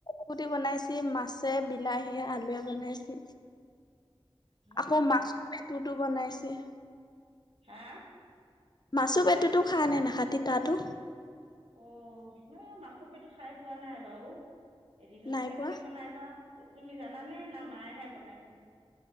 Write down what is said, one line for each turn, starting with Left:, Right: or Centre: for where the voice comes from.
Left: গোটে বনাইছি মাছে বিলাহীয়ে আলুৱে বনাইছি
Right: হয়
Left: আকৌ
Right: নেকি
Left: মাছৰ পেটুটো বনাইছে।
Right: হা?
Left: মাছো পেতুটো খা নে নাখা তিতাটো?
Right: অ' মই এ মাছৰ পেটু খাই পোৱা নাই বাৰু এদিনো
Left: নাই
Right: কেনেকে
Left: পোৱা
Right: বনাই বা? তুমি জানে নে না মায়হে বনাইছে?